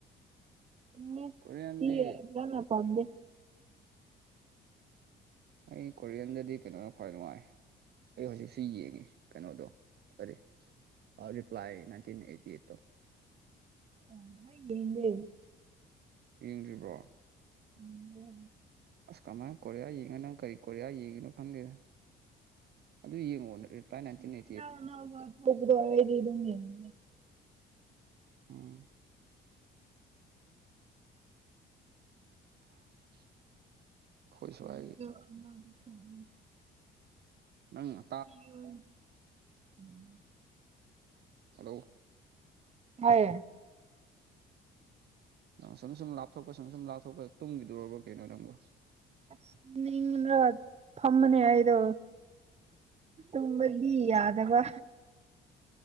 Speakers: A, on the right (about 35°); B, on the right (about 55°).
A: ꯏꯪꯂꯤꯁꯇꯤ
B: ꯀꯣꯔꯤꯌꯟꯗꯤ
A: ꯌꯥꯝꯅꯥ ꯄꯥꯝꯗꯦ
B: ꯑꯩ ꯀꯣꯔꯤꯌꯟꯗꯗꯤ ꯀꯩꯅꯣꯅ ꯈ꯭ꯋꯥꯏ ꯅꯨꯡꯉꯥꯏ ꯑꯩ ꯍꯧꯖꯤꯛꯁꯨ ꯌꯦꯡꯉꯤ ꯀꯩꯅꯣꯗꯣ ꯀꯥꯔꯤ ꯑꯥ ꯔꯤꯞꯂꯥꯏ ꯅꯥꯏꯇꯤꯟ ꯑꯩꯇꯤꯑꯩꯠ ꯇꯨ
A: <unintelligible>
B: ꯌꯦꯡꯗ꯭ꯔꯤꯕ꯭ꯔꯣ
A: ꯎꯝ ꯌ
B: ꯑꯁ ꯀꯃꯥꯏ ꯀꯣꯔꯤꯌꯥ ꯌꯦꯡꯉꯤ ꯅꯪ ꯀꯔꯤ ꯀꯣꯔꯤꯌꯥ ꯌꯦꯡꯉꯤꯅꯣ ꯈꯪꯗꯦꯗ ꯑꯗꯨ ꯌꯦꯡꯉꯣ ꯄꯥꯏꯟ ꯅꯥꯏꯇꯤꯟ ꯑꯦꯠ
A: ꯑꯅꯧ ꯑꯅꯧꯕ ꯊꯣꯛꯄꯗꯣ ꯑꯩꯗꯤ ꯑꯗꯨꯝ ꯌꯦꯡꯌꯦ
B: ꯎꯝ <inaudible> ꯑꯩꯈꯣꯏ
A: <unintelligible>
B: ꯁ꯭ꯋꯥꯏꯒꯤ ꯅꯪ ꯑ
A: <unintelligible>
B: ꯍꯜꯂꯣ
A: ꯇꯥꯏꯌꯦ
B: ꯅꯪꯅ ꯁꯨꯝ ꯁꯨꯝ ꯂꯥꯞꯊꯣꯛꯄ ꯁꯨꯝ ꯁꯨꯝ ꯂꯥꯞꯊꯣꯛꯄꯗ ꯇꯨꯝꯒꯤꯗꯣꯔꯕ ꯀꯩꯅꯣ ꯅꯪꯕꯨ
A: ꯇꯨꯝꯅꯤꯡꯔꯠ ꯐꯝꯕꯅꯦ ꯑꯩꯗꯣ ꯇꯨꯝꯕꯗꯤ ꯌꯥꯗꯕ